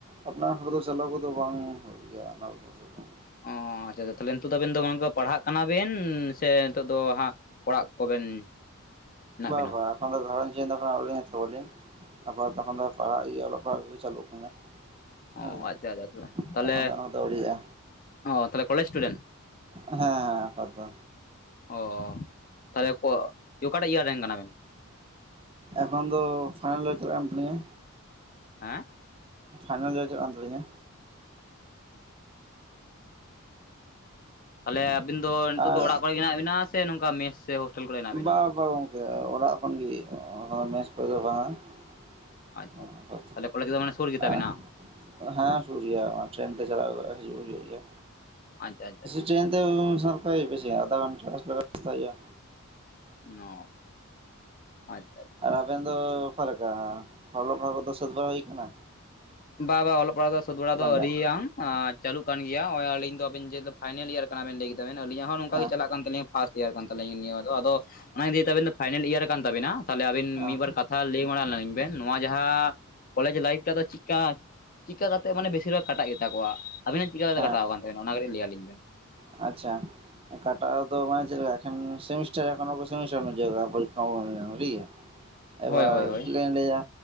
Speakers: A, on the right; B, on the left.
A: ᱟᱯᱱᱟᱨ ᱦᱚᱲ ᱫᱚ ᱪᱟᱞᱟᱣ ᱠᱚᱫᱚ ᱵᱟᱝ ᱦᱩᱭᱩᱜ ᱭᱟ ᱟ ᱫᱚ <inaudible>
B: ᱚᱻ ᱟᱪᱪᱷᱟ ᱟᱪᱪᱷᱟ ᱛᱟᱦᱞᱮ ᱱᱤᱛᱚᱜ ᱫᱚ ᱟᱵᱮᱱ ᱫᱚ ᱠᱟ ᱯᱟᱲᱦᱟᱜ ᱠᱟᱱᱟᱵᱤᱱ ᱥᱮ ᱱᱤᱛᱳᱜ ᱫᱚ ᱦᱟᱸᱜ ᱚᱲᱟᱜ ᱠᱚᱵᱮᱱ ᱢᱮᱱᱟᱜ
A: ᱵᱟ
B: ᱵᱮᱱᱟ
A: ᱵᱟ ᱮᱠᱷᱚᱱ ᱫᱚ ᱜᱷᱟᱸᱨᱚᱧᱡ ᱪᱤᱱᱛᱟᱹ ᱠᱚ ᱟᱣᱨᱤ ᱦᱟᱛᱟᱣᱟᱞᱤᱧ ᱟᱯᱟᱛᱚᱛᱚ ᱮᱠᱷᱚᱱ ᱫᱚ ᱯᱟᱲᱦᱟᱜ ᱚᱞᱚᱜ ᱯᱟᱲᱦᱟᱜ ᱠᱚᱜᱤ ᱪᱟᱞᱩᱜ ᱠᱟᱱᱟ
B: ᱚ
A: ᱦᱮᱸ
B: ᱟᱪᱪᱷᱟ ᱟᱪᱪᱷᱟ ᱛᱚᱵᱮ ᱛᱟᱦᱞᱮ
A: ᱮᱠᱷᱚᱱ ᱫᱚ ᱚᱱᱟ ᱠᱚᱫᱚ ᱟᱹᱣᱨᱤᱭᱟᱜᱼᱟ
B: ᱚ ᱛᱟᱦᱞᱮ ᱠᱚᱞᱮᱡᱽ ᱥᱴᱩᱰᱮᱱᱴ
A: ᱦᱮᱸ ᱦᱮᱸ ᱟᱯᱟᱛᱚᱛᱚ
B: ᱚ ᱛᱟᱦᱞᱮ ᱠᱚ ᱚᱠᱟᱴᱟᱜ ᱤᱭᱟᱨ ᱨᱮᱱ ᱠᱟᱱᱟᱵᱤᱱ
A: ᱮᱠᱷᱚᱱ ᱫᱚ ᱯᱷᱟᱭᱱᱟᱞ ᱤᱭᱟᱨᱮ ᱪᱟᱞᱟᱜ ᱠᱟᱱ ᱛᱟᱹᱞᱤᱧᱟ
B: ᱦᱮᱸ
A: ᱯᱷᱟᱭᱱᱟᱞ ᱤᱭᱟᱨ ᱪᱟᱞᱟᱜ ᱠᱟᱱ ᱛᱟᱞᱤᱧᱟ
B: ᱛᱟᱦᱞᱮ ᱟᱵᱤᱱ ᱫᱚ ᱱᱤᱛᱚᱜ
A: ᱟᱨ
B: ᱫᱚ ᱚᱲᱟᱜ ᱠᱚᱨᱮ ᱜᱮ ᱢᱮᱱᱟᱜ ᱵᱮᱱᱟ ᱥᱮ ᱱᱚᱝᱠᱟ ᱢᱮᱥ ᱥᱮ ᱦᱳᱥᱴᱮᱞ ᱠᱚᱨᱮ ᱦᱮᱱᱟᱜ ᱵᱤᱱᱟ
A: ᱵᱟ ᱵᱟ ᱜᱚᱝᱠᱮ ᱚᱲᱟᱜ ᱠᱷᱚᱱᱜᱤ ᱚᱱᱟ ᱢᱮᱥ ᱠᱚᱫᱚ ᱵᱟᱝᱟ
B: ᱟᱪᱪᱷᱟ
A: <unintelligible>
B: ᱟᱪᱪᱷᱟ ᱛᱟᱦᱚᱞᱮ ᱠᱚᱞᱮᱡᱽ ᱫᱚ ᱢᱟᱱᱮ ᱥᱩᱨ ᱜᱮᱛᱟᱵᱤᱱᱟ
A: <inaudible> ᱦᱮᱸ ᱥᱩᱨ ᱜᱮᱭᱟ ᱴᱮᱨᱮᱹᱱ ᱛᱮ ᱪᱟᱞᱟᱣ ᱦᱤᱡᱩᱜ ᱦᱩᱭᱩᱜ ᱜᱮᱭᱟ
B: ᱟᱪᱪᱷᱟ ᱟᱪᱪᱷᱟ
A: ᱴᱨᱮᱱ ᱛᱮ <unintelligible> <unintelligible> ᱵᱮᱥᱤᱜ ᱟ ᱟᱫᱷᱟ ᱜᱷᱚᱱᱴᱟ ᱨᱟᱥᱛᱟ <unintelligible> ᱦᱩᱭᱩᱜ ᱟ
B: ᱚᱸ ᱟᱪᱪᱷᱟ
A: ᱟᱨ ᱟᱵᱮᱱ ᱫᱚ ᱚᱠᱟ ᱞᱮᱠᱟ ᱚᱞᱚ ᱯᱟᱲᱦᱟ ᱠᱚᱫᱚ ᱥᱟᱹᱛ ᱵᱟᱲᱟ ᱦᱩᱭ ᱟᱠᱟᱱᱟ
B: ᱵᱟ ᱵᱟ ᱚᱞᱚᱜ ᱯᱟᱲᱟᱜ ᱫᱚ ᱥᱟᱹᱛ ᱵᱟᱲᱟ ᱫᱚ
A: ᱜᱮᱭᱟ
B: ᱟᱣᱤᱭᱟ ᱪᱟᱹᱩ ᱠᱟᱱ ᱜᱮᱭᱟ ᱟᱹᱞᱤᱧ ᱫᱚ ᱟᱵᱱ ᱡᱮᱞᱳ ᱯᱷᱟᱭᱱᱮᱞ ᱤᱭᱟᱨ ᱠᱟᱱᱟ ᱵᱮᱱ ᱞᱟᱹᱭ ᱠᱮᱫ ᱡᱮᱢᱮᱱ ᱟᱹᱞᱤᱧᱟᱜ ᱦᱚᱸ ᱱᱚᱝᱠᱟ
A: ᱦᱮᱸ
B: ᱜᱮ ᱪᱟᱞᱟᱜ ᱠᱟᱱ ᱛᱟᱹᱞᱤᱧ ᱯᱷᱟᱥᱴ ᱤᱭᱟᱨ ᱠᱟᱱ ᱛᱟᱹᱤᱧ ᱱᱤᱭᱟᱹ ᱫᱚ ᱟᱫᱚ ᱚᱱᱟ ᱤᱫᱤ ᱟᱵᱮᱱ ᱫᱚ ᱯᱷᱟᱭᱱᱮᱞ ᱤᱭᱟᱨ ᱟᱠᱟᱱ ᱛᱟᱵᱤᱱᱟ ᱛᱟᱦᱚᱞᱮ ᱟᱵᱤᱱ
A: ᱦᱮᱸ
B: ᱢᱤᱫ ᱵᱟᱨ ᱠᱟᱛᱷᱟ ᱞᱟᱹᱭ ᱵᱟᱲᱟ ᱞᱱᱟᱞᱤᱧ ᱵᱮᱱ ᱱᱚᱣᱟ ᱡᱟᱦᱟᱸ ᱠᱚᱞᱮᱡᱽ ᱞᱟᱭᱤᱯᱷ ᱢᱟᱜ ᱫᱚ ᱪᱤᱠᱟ ᱪᱤᱫᱠᱟ ᱠᱟᱛᱮ ᱢᱟᱱᱮ ᱵᱮᱥᱤᱨ ᱵᱷᱟᱜᱽ ᱠᱟᱴᱟᱜ ᱜᱮᱛᱟ ᱠᱚᱣᱟ ᱟᱵᱤᱱᱟᱜ ᱪᱤᱠᱟᱛᱮ
A: ᱦᱮᱸ
B: ᱠᱟᱴᱟᱣ ᱠᱟᱱ ᱛᱟᱵᱮᱱᱟ ᱚᱱᱟᱱᱟᱜᱞᱤ ᱞᱟᱹᱭᱟᱞᱤᱧ ᱵᱮᱱ
A: ᱟᱪᱪᱷᱟ ᱚᱠᱟᱴᱟᱜ ᱫᱚ ᱢᱟᱱᱮ ᱪᱮᱫ ᱞᱮᱠᱟ ᱮᱠᱷᱮᱱ ᱥᱮᱢᱤᱥᱴᱟᱨ ᱮᱠᱷᱚᱱᱚ ᱥᱮᱢᱤᱥᱴᱟᱨ <unintelligible> ᱦᱩᱭᱩᱜᱼᱟ ᱯᱚᱨᱤᱠᱠᱷᱟ ᱴᱷᱤᱠ ᱜᱮᱭᱟ
B: <inaudible>
A: ᱮᱵᱟᱨ
B: ᱦᱳᱭ
A: ᱪᱮᱜᱠᱟᱧ ᱞᱟᱹᱭᱟ?